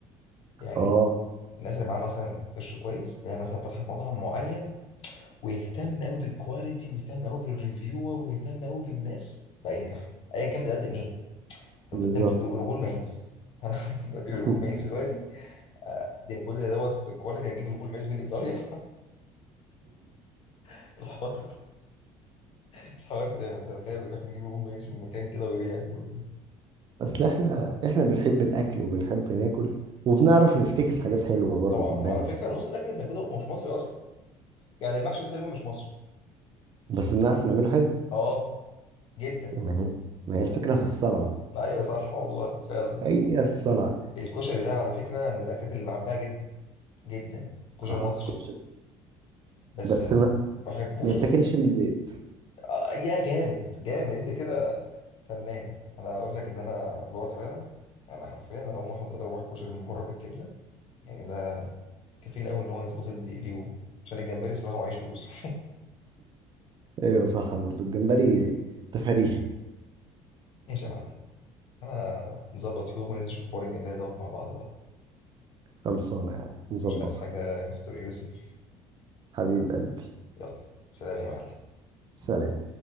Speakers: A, on the left; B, on the right.
A: يعني
B: اه
A: الناس اللي معاها مثلا قرش كويس اللي هي مثلا فتحت مطعم معين ويهتم قوي بالكواليتي ويهتم قوي بالريفيور ويهتم قوي بالناس بقى ينجح ايا كان بتقدم ايه
B: بالظبط
A: انت بتقدم رجول مايز <laughs> انا ببيع
B: <laughs>
A: رجول مايز دلوقتي اقدم كل دوت في الكواليتي هجيب رجول مايز من ايطاليا <laughs> الحوار الحوار جامد تخيل بيروح بيجيب رجول مايز من مكان كده ويبيع رجول مايز
B: اصل احنا احنا بنحب الاكل وبنحب ناكل وبنعرف نفتكس حاجات حلوه برضه
A: طبعا
B: خد
A: وعلى
B: بالك
A: فكره نص الاكل اللي بناكله ده مش مصري اصلا يعني المحشي ده تقريبا مش مصري
B: بس بنعرف نعمله حلو
A: اه جدا
B: ما هي ما هي الفكره في الصنعه
A: ايوه صح والله فعلا
B: هي الصنعه
A: الكشري ده على فكره من الاكلات اللي بحبها جدا جدا الكشري
B: اه
A: المصري
B: كشري
A: بس
B: بس
A: ما
B: ما,
A: بحبوش
B: ما يتاكلش
A: غير
B: من البيت
A: آه، يا جامد جامد انت كده فنان انا اقول لك ان انا جوعت فعلا انا حرفيا انا هقوم احط اضرب واحد كشري من بره بالكبده يعني ده كفيل قوي ان هو يظبط لي الدي- اليوم عشان الجمبري صراحه معيش فلوس
B: ايوه صح برضه الجمبري تفريحي
A: <laughs> ماشي يا معلم انا نظبط يوم وننزل في حوار الجمبري دوت مع بعض بقى
B: خلصانه يا عم نظبطها
A: مش عايز حاجه يا مستر يوسف
B: حبيب قلبي
A: يلا سلام يا معلم
B: سلام